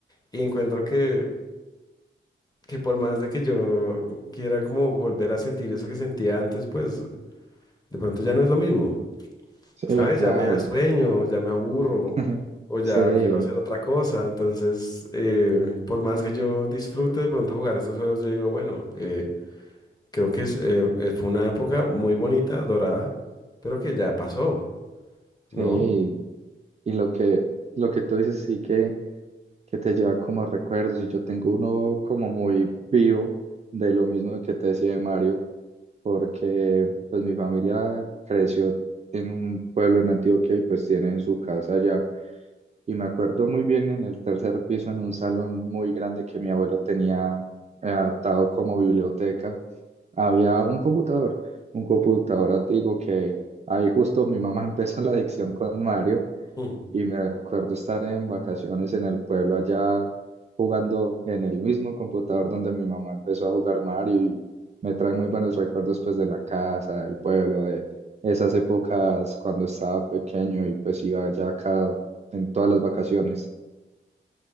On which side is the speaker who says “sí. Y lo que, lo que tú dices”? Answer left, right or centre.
Right